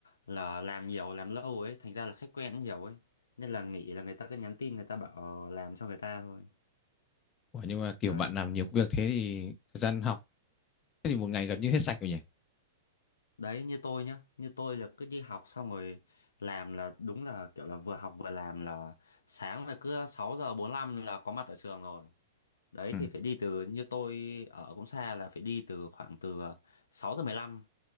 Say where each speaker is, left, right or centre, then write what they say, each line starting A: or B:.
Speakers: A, on the left; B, on the left.
A: là làm nhiều làm lâu ấy thành ra là khách quen cũng nhiều ấy nên là nghĩ là người ta cứ nhắn tin người ta bảo ờ, làm cho người ta thôi
B: Ủa, nhưng mà kiểu
A: đấy
B: bạn làm nhiều công việc thế thì thời gian học thế thì một ngày gần như hết sạch rồi nhỉ?
A: đấy như tôi nhá như tôi là cứ đi học xong rồi làm là đúng là kiểu là vừa học vừa làm là sáng là cứ 6 giờ bốn lăm là có mặt ở trường rồi đấy
B: Ừ.
A: thì phải đi từ như tôi ở cũng xa là phải đi từ khoảng từ sáu giờ mười lăm